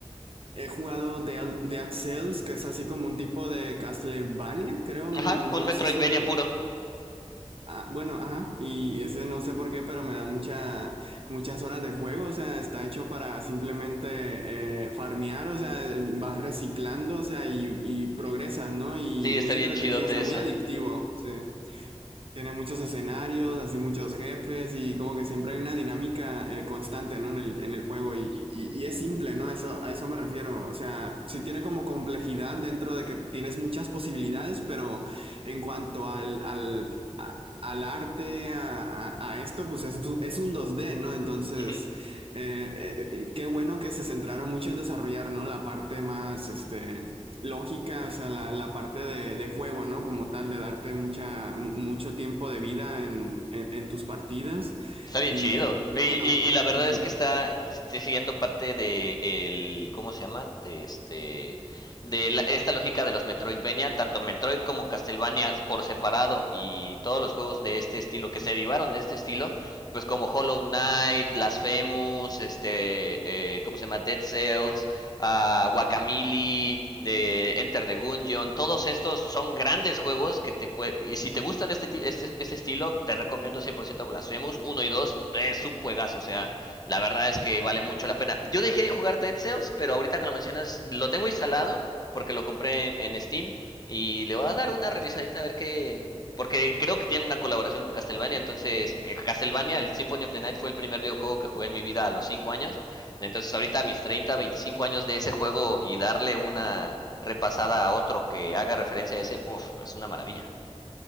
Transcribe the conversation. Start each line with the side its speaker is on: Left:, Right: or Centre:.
Right: he jugado Dead, Dead Cells, que es así como un tipo de Castlevania, creo,
Left: Ajá,
Right: mm,
Left: un
Right: no
Left: Metroidvania
Right: sé si,
Left: puro.
Right: Ah, bueno, ajá, y ese no sé por qué, pero me da mucha, muchas horas de juego, o sea, está hecho para simplemente eh, farmear, o sea, eh, vas reciclando, o sea, y, y progresas, ¿no? Y
Left: Sí, está
Right: muy entretenido,
Left: bien chidote
Right: o sea,
Left: eso.
Right: muy adictivo, sí. Tiene muchos escenarios, así muchos jefes y como que siempre hay una dinámica eh, constante, ¿no? En el, en el juego y, y- y es simple, ¿no? Eso, a eso me refiero. O sea, sí tiene como complejidad dentro de que tienes muchas posibilidades, pero en cuanto al, al, a- al arte, a, a- a esto, pues es, tu- es un dos d ¿no? Entonces,
Left: Ujú,
Right: eh, eh, qué bueno que se centraron mucho en desarrollar, ¿no? La parte más, este lógica, o sea, la, la parte de, de juego, ¿no? Como tal, de darte mucha, mu- mucho tiempo de vida en, en- en tus partidas.
Left: Está bien
Right: Y,
Left: chido.
Right: y
Left: Y,
Right: bueno,
Left: y- y la verdad
Right: mm,
Left: es que está estoy siguiendo parte de el, ¿cómo se llama? De este de la- esta lógica de los Metroidvania, tanto Metroid como Castlevania por separado y todos los juegos de este estilo que se derivaron de este estilo, pues como Hollow Knight, Blasphemous, este, eh, ¿cómo se llama? Dead Cells, a Guacamili, de Enter the Gungeon, todos estos son grandes juegos que te puede, y si te gustan este, este, este estilo, te recomiendo 100% Blasphemous uno y dos es un juegazo, o sea, la verdad es que vale mucho la pena. Yo dejé de jugar Dead Cells, pero ahorita que lo mencionas, lo tengo instalado porque lo compré en, en Steam y le voy a dar una revisadita a ver qué, porque creo que tiene una colaboración con Castlevania, entonces eh, Castlevania, el Symphony of the Night fue el primer videojuego que jugué en mi vida a los 5 años entonces ahorita a mis 30, 25 años de ese juego y darle una repasada a otro que haga referencia a ese, uf, es una maravilla.